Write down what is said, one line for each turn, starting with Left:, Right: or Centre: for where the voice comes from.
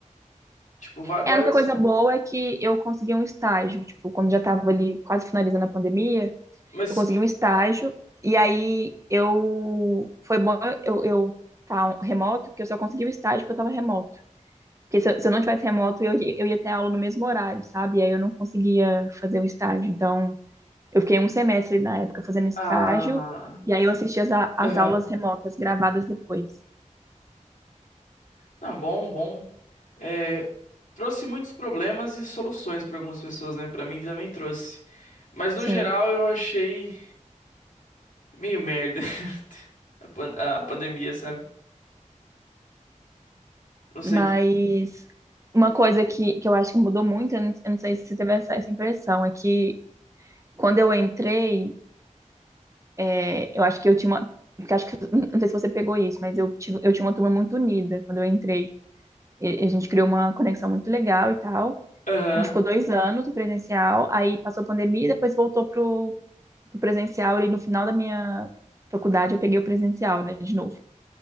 Left: Tipo, va- várias.
Right: É, a única coisa boa é que eu consegui um estágio, tipo, quando já tava ali quase finalizando a pandemia.
Left: Mas.
Right: eu consegui um estágio, e aí eu. Foi bom eu, eu tá remoto, porque eu só consegui o estágio porque eu tava remoto. Porque se eu, se eu não tivesse remoto, eu, ia- eu ia ter aula no mesmo horário, sabe? E aí eu não conseguia fazer o estágio. Então, eu fiquei um semestre na época fazendo estágio,
Left: Ah.
Right: e aí eu assisti as, a- as
Left: Aham.
Right: aulas remotas gravadas depois.
Left: Não, bom, bom. é trouxe muitos problemas e soluções pra algumas pessoas, né? Pra mim também trouxe. Mas no
Right: Sim.
Left: geral eu achei meio merda <laughs> a, pan- a pandemia, sabe? Não sei
Right: Mas
Left: que.
Right: uma coisa que, que eu acho que mudou muito, eu não, eu não sei se você teve essa, essa impressão, é que quando eu entrei, É, eu acho que eu tinha uma. Porque acho que, não sei se você pegou isso, mas eu, tive, eu tinha uma turma muito unida quando eu entrei. E a gente criou uma conexão muito legal e tal.
Left: Aham,
Right: A gente ficou dois anos no presencial, aí passou a pandemia, depois voltou pro, pro presencial e no final da minha faculdade eu peguei o presencial, né, de novo.